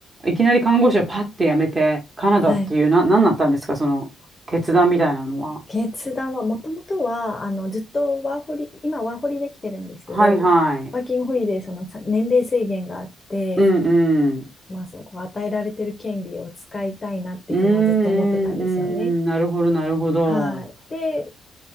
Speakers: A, on the right; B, on the left.
A: いきなり看護師をパッて辞めて、カナダっていう、
B: はい。
A: な、なんだったんですか、その、決断みたいなのは。
B: 決断は、もともとは、あの、ずっとワーホリ、今ワーホリできてるんですけど、
A: はいはい。
B: ワーキングホリデー、そのさ年齢制限があって、
A: うんうん。
B: まあ、そこ与えられてる権利を使いたいなっていうのはずっと思ってたんですよね。
A: うんうんうん。なるほど、なるほど。
B: はい。で、